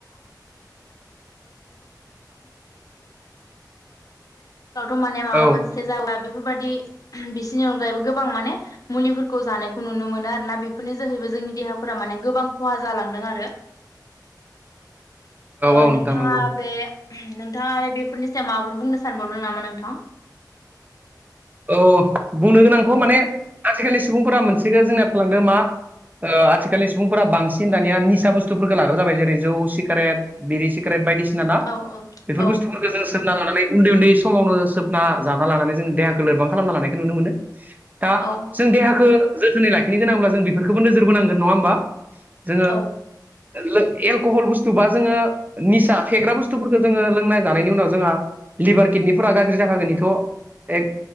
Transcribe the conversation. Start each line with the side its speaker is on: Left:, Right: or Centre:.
Left: माने माबा
Right: औ
Left: मोनसे जाला बेफोरबादि बिसिनि अनगायैबो गोबां माने मुलिफोरखौ जानायखौ नुनो मोन मोनो आरोना बेफोरनि जोहैबो जोंनि देहाफोरा माने गोबां खहा जालांदों आरो ओ
Right: औ नोंथां
Left: नोंथाङा
Right: नंगौ
Left: बे नोंथाङा आरो बेफोरनि सायाव माबाफोर बुंनो सानबावदों नामा नोंथां
Right: अह बुंनो गोनांथ' माने आथिखालनि सुबुंफोरा मोनसेखौ जोंनाया फालांदों मा ओ आथिखालनि सुबुंफोरा बांसिन दानिया निसा बुस्थुफोरखौ लाग्रा जाबाय जेरै जौ सिगारेट बिरि सिगारेट बायदिसिन जों आरोना
Left: औ
Right: बेफोर
Left: औ
Right: बुस्थुफोरखौ जोङो सोबना लानानै उन्दै उन्दै समावनो सोबना जाना लानानै जोङो देहा लोरबां खालामना लानायखौ नुनो मोनो दा
Left: औ
Right: जों देहाखौ जोथोनै लाखिनो गोनांब्ला जों बेफोरखौबो नोजोर बोनांगोन नङा होमबा जोङो
Left: औ
Right: लो एलक'हल बुस्थु बा जोङो निसा फेग्रा बुस्थुफोरखौ जोङो लोंनाय जानायनि उनाव जोंहा लिभार किडनिफोरा गाज्रि जाखागोननिथ' एक